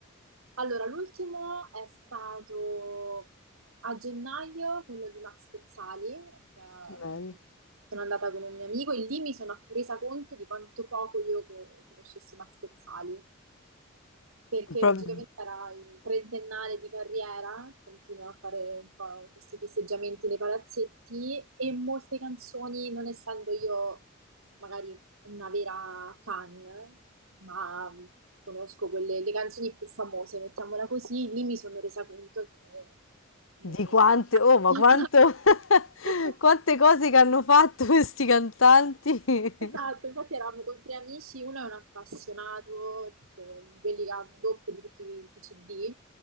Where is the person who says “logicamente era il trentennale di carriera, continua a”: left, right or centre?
Right